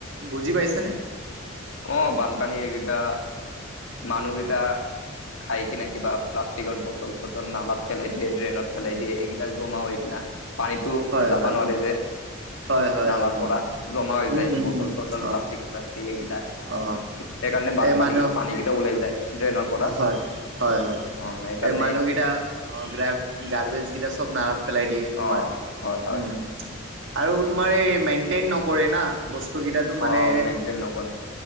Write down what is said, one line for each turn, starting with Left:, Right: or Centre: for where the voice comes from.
Right: বুজি পাইছানে
Left: অ বানপানী এইকেইটা মানুহগিটা খাই কিনে কিবা প্লাষ্টিকৰ বটল চটল নালাত পেলাই দিয়ে ড্ৰেইনত পেলাই দিয়ে এইকেইটা জমা হৈ কিনা পানীটো
Right: হয়
Left: যাব
Right: হয়
Left: নোৱাৰে যে
Right: হয় হয়
Left: নালাৰ
Right: হয়
Left: পৰা
Right: অ
Left: জমা হৈ
Right: উম
Left: যায়
Right: উম
Left: বটল
Right: উম
Left: চটল
Right: অ
Left: প্লাষ্টিক শ্লাষ্টিক সেইকেইটা
Right: অ
Left: সেইকাৰণে বানপানী
Right: এই মানুহ
Left: কেইটা পানীকেইটা ওলাই যায় ড্ৰেইনৰ পৰা
Right: হয় হয় হয়
Left: অ', সেইকাৰণে
Right: এই মানুহকেইটা অ গ্ৰ গাৰ্বেজ কেইটা চব নালাত পেলাই দিয়ে তোমাৰ
Left: অ', হয় হয়
Right: উম উম আৰু তোমাৰ এই মেইনটেইন নকৰে না বস্তুকেইটাটো মানে
Left: অ', মেইনটেইন নকৰে।